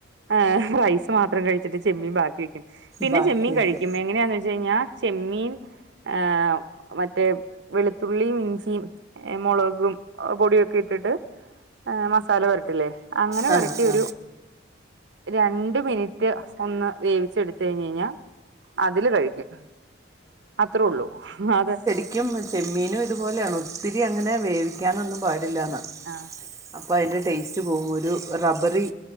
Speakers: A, on the right; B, on the right.
A: ഹ് റൈസ് മാത്രം കഴിച്ചിട്ട് ചെമ്മീൻ ബാക്കി വെക്കും പിന്നെ
B: ബാക്കി
A: ചെമ്മീൻ
B: വയ്ക്കും
A: കഴിക്കും എങ്ങനെയാന്ന് വെച്ച്കഴിഞ്ഞാ ചെമ്മീൻ ആഹ മറ്റേ വെളുത്തുള്ളിയും ഇഞ്ചിയും ഏ മുളകും പൊടിയൊക്കെ ഇട്ടിട്ട് മസാല പെരത്തില്ലേ അങ്ങനെ
B: ആ
A: വരട്ടി
B: ആ
A: ഒരു രണ്ട് മിനിറ്റ് ഒന്ന് വേവിച്ചെടുത്തി തേഞ്ഞഞ് കഴിഞ്ഞ അതില് കഴിക്കും അത്രേ ഉള്ളൂ അത്
B: ഒരിക്കും ചെമ്മീനും ഇതുപോലെയാണ് ഒത്തിരി അങ്ങനെ വേവിക്കാനൊന്നും പാടില്ലാന്നാ
A: ആഹ്
B: അപ്പോൾ അതി്ന്റെ ടേസ്റ്റ് പോകുമ്പോ ഒരു റബ്ബറി